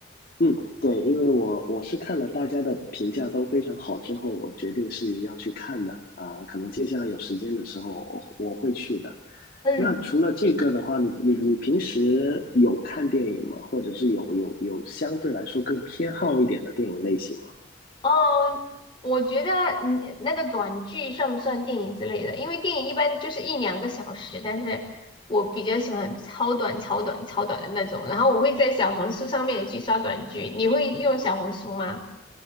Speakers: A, on the left; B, on the left.
A: 嗯，对，因为我我是看了大家的评价都非常好之后，我决定是要去看的，啊、可能接下来有时间的时候我我会去的。
B: 嗯。
A: 那除了这个的话，你你你平时有看电影吗？或者是有有有相对来说更偏好一点的电影类型吗？
B: 嗯，我觉得你那个短剧算不算电影之类的？因为电影一般就是一两个小时，但是我比较喜欢超短、超短、超短的那种。然后我会在小红书上面去刷短剧，你会用小红书吗？